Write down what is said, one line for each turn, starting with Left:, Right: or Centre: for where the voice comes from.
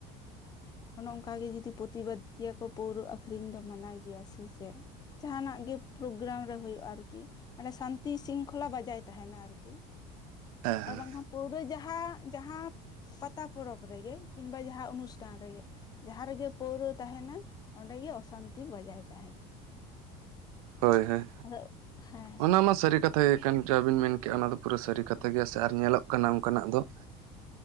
Left: ᱚᱱᱚ ᱚᱝᱠᱟ ᱜᱮ ᱡᱩᱫᱤ ᱯᱚᱛᱤᱵᱟᱫ ᱠᱮᱭᱟ ᱠᱚ ᱯᱟᱹᱣᱨᱟᱹ ᱟᱹᱠᱷᱨᱤᱧ ᱫᱚ ᱢᱟᱱᱟ ᱤᱭᱟᱹ ᱥᱮ ᱪᱮᱫ ᱡᱟᱦᱟᱸᱱᱟᱜ ᱜᱮ ᱯᱨᱳᱜᱨᱟᱢ ᱨᱮ ᱦᱳᱭᱳᱜᱼᱟ ᱟᱨᱠᱤ, ᱢᱟᱱᱮ ᱥᱟᱱᱛᱤ ᱥᱤᱝᱠᱷᱚᱞᱟ ᱵᱚᱡᱟᱭ ᱛᱟᱦᱮᱸᱱᱟ ᱟᱨᱠᱤ᱾
Right: ᱦᱮᱸ ᱦᱮᱸ
Left: ᱟᱨ ᱵᱟᱝᱠᱷᱟᱱ ᱯᱟᱹᱣᱨᱟᱹ ᱡᱟᱦᱟᱸ ᱡᱟᱦᱟᱸ ᱯᱟᱛᱟ ᱯᱚᱨᱚᱵᱽ ᱨᱮᱜᱮ ᱠᱤᱝᱵᱟ ᱡᱟᱦᱟᱸ ᱚᱱᱩᱥᱴᱷᱟᱱ ᱨᱮᱜᱮᱼᱼ ᱡᱟᱦᱟᱸ ᱨᱮᱜᱮ ᱯᱟᱹᱣᱨᱟᱹ ᱛᱟᱦᱮᱸᱱ-ᱟ ᱚᱸᱰᱮ ᱜᱮ ᱚᱥᱟᱱᱛᱤ ᱵᱟᱡᱟᱭ ᱛᱟᱦᱮᱸᱱᱟ᱾
Right: ᱦᱳᱭ ᱦᱳᱭ
Left: ᱟᱫᱚ ᱦᱮᱸ᱾
Right: ᱚᱱᱟ ᱢᱟ ᱥᱟᱹᱨᱤ ᱠᱟᱛᱷᱟ ᱜᱮ ᱠᱟᱱ ᱡᱟ ᱵᱤᱱ ᱢᱮᱱᱠᱮᱜ-ᱟ ᱚᱱᱟ ᱫᱚ ᱯᱩᱨᱟᱹ ᱥᱟᱹᱨᱤ ᱠᱟᱛᱷᱟ ᱜᱮᱭᱟ ᱥᱮ ᱟᱨ ᱧᱮᱞᱚᱜ ᱠᱟᱱᱟ ᱚᱝᱠᱟᱱᱟᱜ ᱫᱚ ᱾
Left: <inaudible>